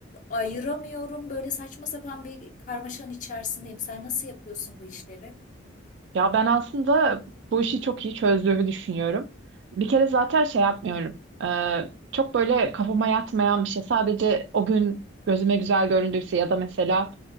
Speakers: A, on the left; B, on the right.
A: ayıramıyorum. Böyle saçma sapan bir karmaşanın içerisindeyim. Sen nasıl yapıyorsun bu işleri?
B: Ya ben aslında bu işi çok iyi çözdüğümü düşünüyorum. Bir kere zaten şey yapmıyorum. Ee, çok böyle kafama yatmayan bir şey. Sadece o gün gözüme güzel göründüyse ya da mesela